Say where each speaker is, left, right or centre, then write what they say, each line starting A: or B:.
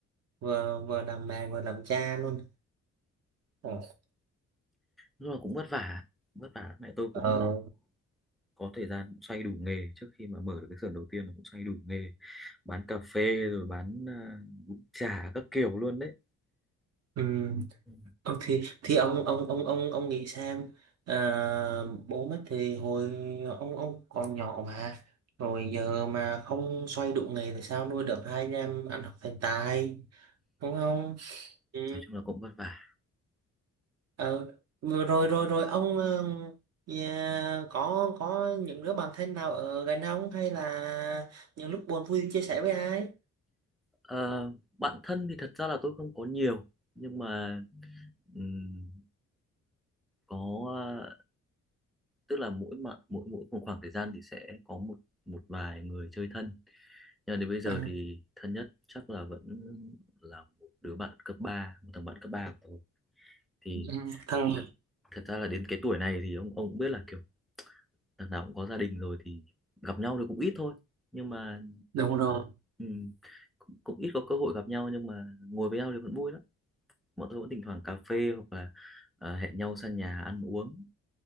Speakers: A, on the right; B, in the centre.
A: Vừa vừa làm mẹ vừa làm cha luôn. Ờ.
B: Ừ. Lúc nào cũng vất vả, vất vả. Mẹ tôi
A: Ờ.
B: cũng có thời gian xoay đủ nghề trước khi mà mở được cái xưởng đầu tiên là cũng xoay đủ nghề, bán cà phê rồi bán ờ, bún chả các kiểu luôn đấy.
A: Ừ.
B: Ừ.
A: Ờ, thì thì ông ông ông ông ông nghĩ xem à, bố mất thì hồi ông ông còn nhỏ mà rồi giờ mà không xoay đủ nghề thì sao nuôi được hai anh em ăn học thành tài đúng không ừ.
B: Nói chung là cũng vất vả.
A: ờ, rồi rồi rồi ông ờ, nhà- có có những đứa bạn thân nào ở gần ông hay là những lúc buồn vui thì chia sẻ với ai
B: Ờ, bạn thân thì thật ra là tôi không có nhiều, nhưng mà ừm, có tức là mỗi mà mỗi mỗi một khoảng thời gian thì sẽ có một một vài người chơi thân nhưng mà đến bây giờ
A: à,
B: thì thân nhất chắc là vẫn là một đứa bạn cấp 3, một thằng bạn cấp 3 của tôi thì
A: ừ, thằng
B: thật, thật ra là đến cái tuổi này thì ông ông cũng biết là kiểu thằng nào cũng có gia đình rồi thì gặp nhau thì cũng ít thôi nhưng mà
A: đúng rồi
B: ừ, cũng, cũng ít có cơ hội gặp nhau nhưng mà ngồi với nhau thì vẫn vui lắm bọn tôi vẫn thỉnh thoảng cà phê hoặc là à, hẹn nhau sang nhà ăn uống